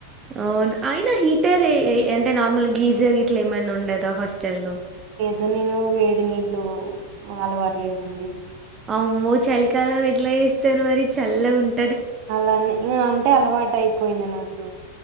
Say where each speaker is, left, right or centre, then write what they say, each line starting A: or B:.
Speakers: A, on the right; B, on the right.
A: అవును అయినా హీటర్ అంటే నార్మల్ గీజర్ గ ఇట్లా ఏమైనా ఉండదా తెల్దు
B: అ నేను వేడి నీళ్లు అలవాటు లేదండి
A: అమ్మో చలికాలం ఎట్లా చేస్తారు మరి చల్లగా ఉంట
B: అలానే అంటే అలవాట అయిపోయింది నాకు